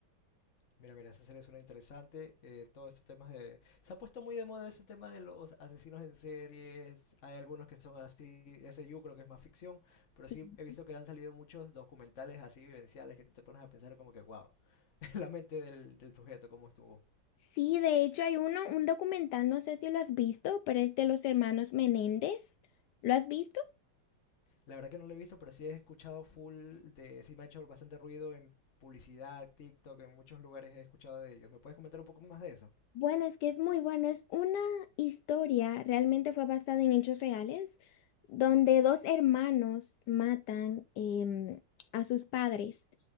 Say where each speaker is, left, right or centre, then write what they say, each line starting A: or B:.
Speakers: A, on the left; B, on the left.
A: Mira, mira, esa serie suena interesante. eh, todos estos temas de... Se ha puesto muy de moda ese tema de los asesinos en series. Hay algunos que son así. Ese yo creo que es más ficción. Pero
B: Sí.
A: sí he visto que han salido muchos documentales así vivenciales que tú te pones a pensar como que, wow, <laughs> la mente del, del sujeto, cómo estuvo.
B: Sí, de hecho hay uno, un documental, no sé si lo has visto, pero es de los hermanos Menéndez. ¿Lo has visto?
A: La verdad que no lo he visto, pero sí he escuchado full de... Sí me ha hecho bastante ruido en publicidad, TikTok, en muchos lugares he escuchado de ellos. ¿Me puedes comentar un poco más de eso?
B: Bueno, es que es muy bueno. Es una historia, realmente fue basada en hechos reales, donde dos hermanos matan em, a sus padres.